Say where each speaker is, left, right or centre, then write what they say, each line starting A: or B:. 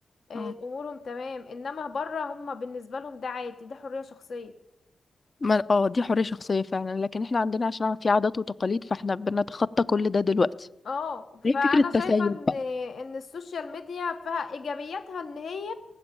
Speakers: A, on the left; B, on the left.
A: إيه،
B: اه
A: أمورهم تمام إنما بره هم بالنسبة لهم ده عادي ده حرية شخصية
B: ما اه دي حرية شخصية فعلا لكن احنا عندنا عشان في عادات وتقاليد فاحنا بنتخطى كل ده دلوقتي
A: اه
B: هي
A: فانا
B: فكرة تسيب
A: شايفه ان
B: بقى
A: ان السوشيال ميديا فيها ايجابياتها ان هي